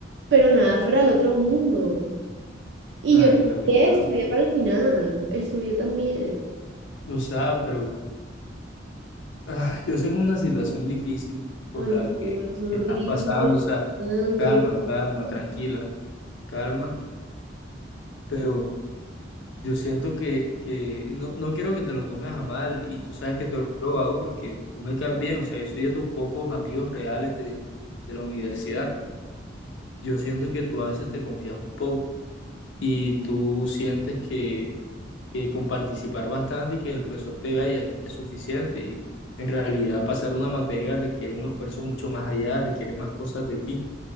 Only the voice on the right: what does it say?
pero nada fuera del otro mundo. Y
yo estudié,
estudié para el final, estudié también.
Ay,
no,
es horrible,
Fernando.